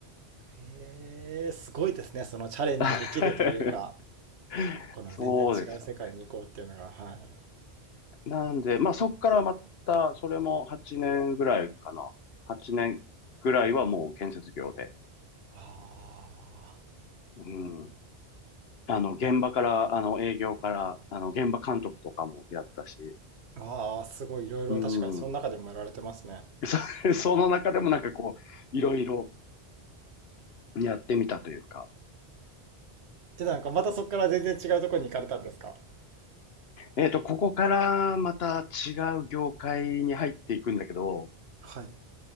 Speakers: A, on the right; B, on the left.
A: へえ、すごいですね。そのチャレンジできるというか、
B: <laughs>
A: この全然違う世界に行こうっていうのが、
B: そうですよ
A: はい。
B: ね。なんで、まあ、そっからまた、それも8年ぐらいかな。8年ぐらいはもう建設業で。
A: あ
B: うん。あの、現場から、あの、営業から、あの、現場監督とかもやったし、
A: ーあー、すごいいろいろ確かにその中でもやられてますね。
B: うん。そ、<laughs> その中でもなんかこう、いろいろやってみたというか、
A: で、なんかまたそこから全然違うところに行かれたんですか
B: えっと、ここからまた違う業界に入っていくんだけど、
A: はい。